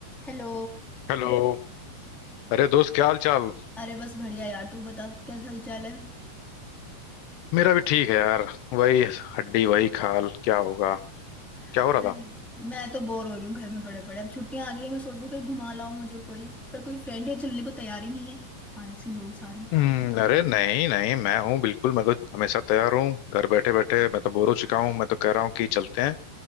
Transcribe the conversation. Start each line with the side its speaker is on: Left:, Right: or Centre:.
Centre: Hello
Left: Hello अरे दोस्त क्या हाल चाल
Centre: अरे बस बढ़िया यार तू बता कैसा हालचाल है
Left: मेरा भी ठीक है यार वही हड्डी वही खाल क्या होगा क्या
Centre: अरे,
Left: हो रहा था
Centre: मैं तो बोर हो रही हूँ घर में पड़े पड़े अब छुट्टियां आ गई हैं, मैं सोच रही हूँ कहीं घुमा लाऊं मुझे कोई पर कोई फ्रेंड है चलने को तैयार ही नहीं है आलसी लोग सारे
Left: हम्म अरे नहीं नहीं मैं हूँ बिल्कुल मैं तो हमेशा तैयार हूँ घर बैठे बैठे मैं तो बोर हो चुका हूँ मैं तो कह रहा हूँ कि चलते हैं